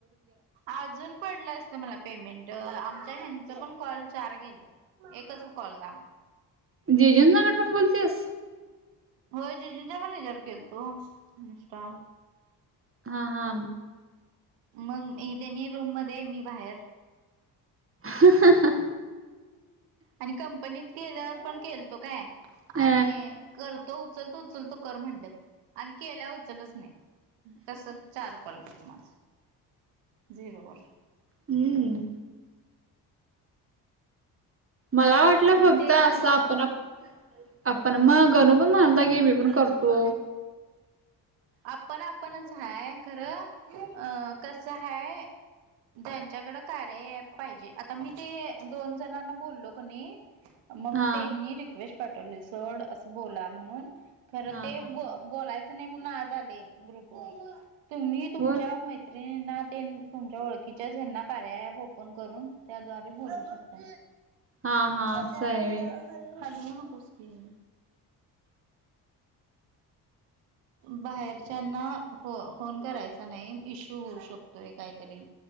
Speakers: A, on the right; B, on the right.
A: अजून पडलं असतं मला पेमेंट आमच्या ह्यांचं पण कॉल चार गेलं. एकच कॉल झाला.
B: जेजून संगट पण बोलतेस?
A: हो जिजींच्या हयाच्या वर पण केल तो इन्स्टा
B: हा हा.
A: मग मी त्यांनी रूम मध्ये मी बाहेर
B: ह
A: आणि कंपनीत गेल्यावर पण केलतो काय
B: अ
A: आणि कर तो उचलतो उचलतो कर म्हणल्यात आणी केल्यावर उचलच नाही तस चार कलग मा जरोबर
B: हम्म. मला वाटलं
A: मग
B: फक्त
A: ते
B: असं
A: अजून
B: आपण आपण मग गणू पण म्हणालता गे मी पण करतो.
A: आपण आपणच हा खरं अ कस आहे. त्यांच्याकडे कारय अँप पाहिजे आता मी ते दोन जणांना बोललो कणी मग
B: हा
A: त्यांनी रिक्वेस्ट पाठवले सोड असं बोला म्हणून खर
B: हा
A: ते
B: हा.
A: बोलायच नाही म्हणून आज आले ग्रुपवर तुम्ही तुमच्या
B: होय
A: ना ते तुमच्या ओळखीच्याना कार्या अँप ओपन करून त्याद्वारे बोलू शकत.
B: हा हा
A: पडाया
B: अस आहे व्हय
A: हॅलू तुस के बाहेरच्याना फ फोन करायचा नाही इश्यू होऊ शकतो. काहीतरी